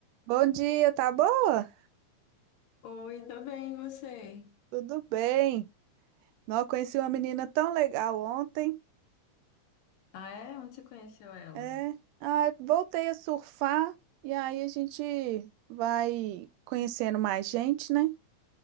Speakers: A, on the right; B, on the left.
A: Bom dia, tá boa?
B: Oi, tudo bem, e você?
A: Tudo bem. Não, conheci uma menina tão legal ontem.
B: Ah, é? Onde você conheceu ela?
A: É, ah, eu voltei a surfar e aí a gente vai conhecendo mais gente, né?